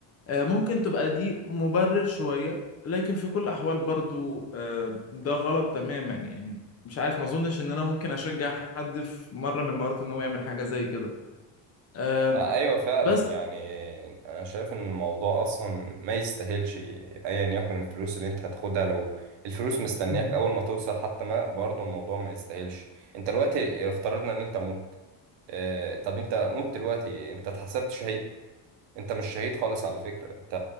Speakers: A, on the left; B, on the right.
A: آه، ممكن تبقى دي مبرر شوية لكن في كل الأحوال برضو آه، ده غلط تماما يعني مش عارف ما أظنش إن أنا ممكن أشجع حد في مرة من المرات إن هو يعمل حاجة زي كده آه،
B: آه، ايوه فعلا
A: بس
B: يعني انا شايف ان الموضوع اصلا ما يستاهلش ايا يكن الفلوس اللي انت هتاخدها لو الفلوس مستنياك
A: مم.
B: اول ما توصل حتى ما برضه الموضوع ما يستاهلش انت دلوقتي افترضنا ان انت مت آه طب انت مت دلوقتي انت اتحسبت شهيد انت مش شهيد خالص على فكرة انت